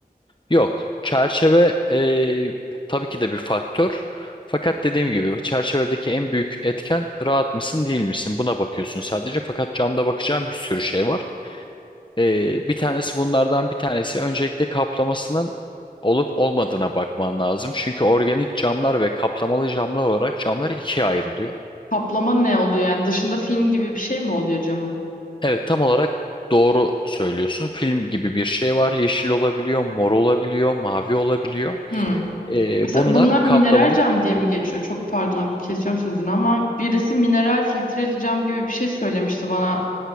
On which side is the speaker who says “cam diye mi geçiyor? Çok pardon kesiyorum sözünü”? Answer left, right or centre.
Left